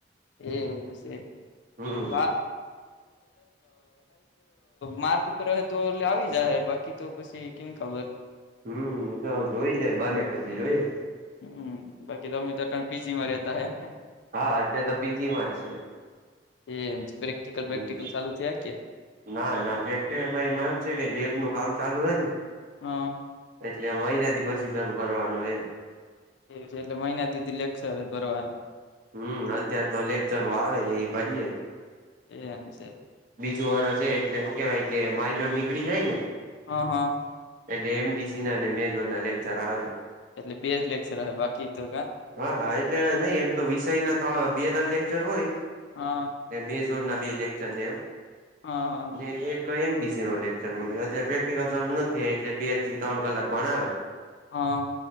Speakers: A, on the left (about 80°); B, on the right (about 50°).
A: એવું છે <unintelligible>
B: હમ
A: માર્ક ઉપર <unintelligible> આવી જાહે બાકી તો પછી કી ખબર
B: હમ ઈ તો જોઈ જાય બને પછી જોઈએ.
A: હમ બાકી તમે તો અતારે પીજી માં રેતા હે એમ ને
B: હા અત્યારે તો પીજી માં જ છે.
A: એ પ્રેક્ટિકલ
B: હમ
A: પ્રેક્ટિકલ ચાલુ થયા કે
B: ના ના પ્રેક્ટીકલમાં એમ એવુ છે કે લેબ નું કામ ચાલુ હેને
A: હા
B: એટલે મહિના દી પછી શરૂ કરવાનું એ
A: એજ એટલે મહિના સુધી લેક્ચર જ ભરવાનું
B: હમ અત્યાર તો લેકચરો આવે એ ભરીયે
A: એમ છે
B: બીજો વાળો છે એટલે શું કેવાય કે માઇનોર નીકળી જાય ને
A: હ હ
B: એટલે એમડીસી ના અને મેજર ના લેક્ચર આવે
A: એટલે બેજ લેક્ચર આવે બાકી તો કા
B: હા હા એટલે નહી એમ તો વિષય ના બે ત્રણ લેક્ચર હોય.
A: હા
B: ને મેજોર ના બે લેક્ચર ને એમ.
A: હા હા
B: ને એક એમડીસી નો લેક્ચર હોય અત્યારે પ્રેક્ટિકલ ચાલું નથી થિયુ એટલે બે થી ત્રણ કલાક ભણાવે.
A: હા